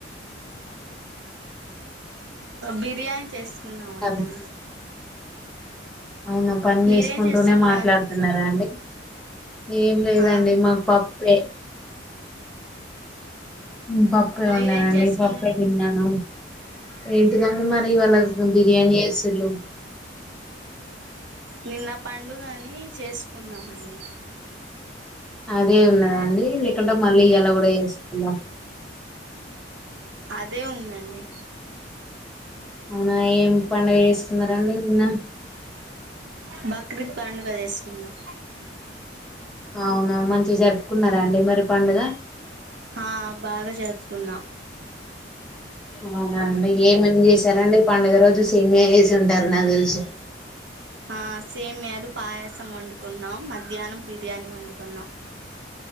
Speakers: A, on the right; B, in the centre.
A: బిర్యాని చేస్ ఉన్నామండి
B: అదే అవునా పని
A: మీరేం
B: చేసుకుంటూనే
A: చేసుకున్నారు
B: మాట్లాడుతున్నారా అండి ఏం లేదండి
A: ఆ
B: మాకు పప్పే ఉ పప్పుే వండానండి
A: మీరేం చేసుకున్నారు
B: పప్పుే తిన్నాను ఏ ఇదంత మరి వాళ్లకు
A: ఆ
B: బిర్యానీ వేసులు
A: నిన్న పండుగని చేసుకున్నామండి
B: అదే ఉన్నదండి లేకుంటే మళ్ళీ ఇయాలా కూడా చేస్తుళ్లా
A: అదే ఉందండి
B: అవునా ఏం పండుగ చేసుకున్నారండి నిన్న
A: బక్రీద్ పండుగ చేసుకున్నాం
B: అవునా మంచిగా జరుపుకున్నారా అండి మరి పండుగ
A: ఆ బాగా జరుపుకున్నాం
B: అవునా అండ్ ఏమేమి చేశారండి పండుగ రోజు సేమ్యా చేసి ఉంటారు నాకు తెలుసు
A: ఆ సేమ్యాలు పాయసం వండుకున్నాం మధ్యాహ్నం బిర్యానీ వండుకున్నాం